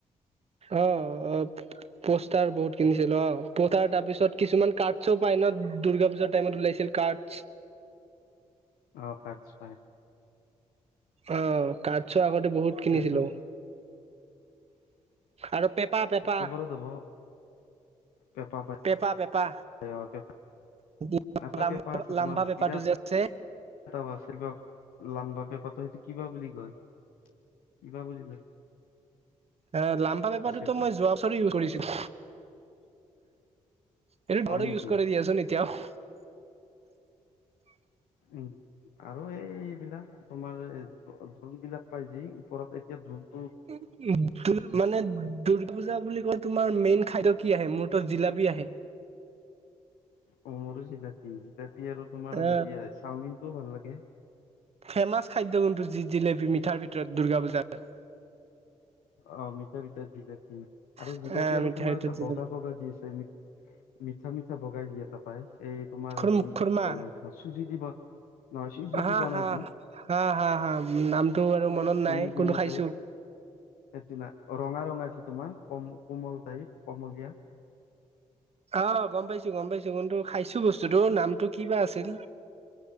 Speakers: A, on the right (about 45°); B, on the left (about 80°).
A: অ', অ পোষ্টাৰ বহুত কিনিছিলো অ, পষ্টাৰ তাৰপিছত কিছুমান কাৰ্ডচ পায় ন দুৰ্গা পূজাৰ টাইমত ওলাইছিল কাৰ্ডচ।
B: অ কাৰ্ডচ পায়।
A: অঁহ কাৰ্ডছো আগতে বহুত কিনিছিলো।
B: দুৰ্গা পূজা
A: আৰু পেপা পেপা
B: অক্টোবৰত হ'ব পেপা
A: পেপা পেপা।
B: পাই পেঁপা
A: <unintelligible>
B: এটা পেপা আছে
A: লাম্বা
B: তোমাৰ
A: পেপাটো
B: বিৰাট
A: যে আছে।
B: এটা ৱাছ চেন্টাৰ, লাম্বাকে পাতে, সেইটো কিবা বুলি কয়। কিবা বুজিলে।
A: এ, লাম্বাকে পাতে ত
B: এইটো
A: মই যোৱা তাতে ইউজ কৰিছিলোঁ। এইটোৰ
B: হয়
A: দৰে
B: নেকি
A: ইউজ কৰে দিয়াচোন এতিয়াও <unintelligible>
B: উম। আৰু এই, এইবিলাক তোমাৰ দ্ৰো, দ্ৰোণবিলাক পায় যি ওপৰত এতিয়া দ্ৰোণ
A: <unintelligible> দুৰ মানে, দুৰ্গা পূজা বুলি ক'লে, তোমাৰ মেইন খাদ্য কি আহে? মোৰতো জিলাপী আহে।
B: অ', মোৰো জিলাপী। জিলাপী আৰু তোমাৰ
A: অ
B: হেৰি আহে চাওমিনটোও ভাল লাগে।
A: ফেমাচ খাদ্য কোনটো? জি- জিলাপী মিঠাৰ ভিতৰত দুৰ্গা পূজাত।
B: অ', মিঠা- বিতা দিলে কমি। আৰু
A: আহ
B: জিলাপী আৰু
A: মিঠাৰ
B: তোমাৰ
A: ভিতৰত
B: এটা
A: জিলেপি।
B: বগা, বগা যি আছে মিঠা, মিঠা বগা যি এটা পায়। এই তোমাৰ,
A: খুৰ
B: হেৰি
A: খুৰমা
B: দি বনাই, তোমাৰ চুজি দি বন নহয় চুজি
A: আৰু,
B: দি
A: আৰু,
B: বনাই যি
A: হা, হা, হা। নামটো বাৰু মনত
B: তিনি
A: নাই,
B: গুণীয়া
A: কিন্তু খাইছোঁ।
B: টাইপ সেইটো না ৰঙা, ৰঙা যে তোমাৰ ক- কোমল টাইপ কুমলীয়া।
A: অ' গম পাইছোঁ, গম পাইছোঁ। কিন্তু খাইছোঁ বস্তুটো, নামটো কি বা আছিল।